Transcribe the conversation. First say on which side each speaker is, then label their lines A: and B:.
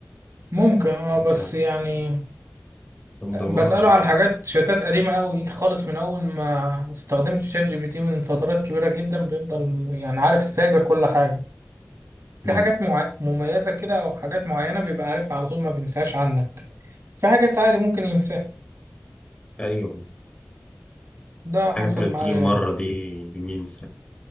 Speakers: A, on the right (about 75°); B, on the left (about 20°).
A: ممكن اه
B: مش
A: بس
B: عارف
A: يعني
B: بندوروا
A: بسأله
B: عليه
A: على حاجات شتات قديمة قوي خالص من أول ما استخدمت شات جي بي تي من فترات كبيرة جدا بيفضل يعني عارف فاجر كل حاجة في
B: مم.
A: حاجات مع... مميزة كده أو حاجات معينة بيبقى عارفها على طول ما بينساش عنك في حاجات عادي ممكن ينساها
B: أيوه
A: ده
B: الحاجات
A: حصل
B: اللي بتيجي
A: معايا
B: مرة دي دي مين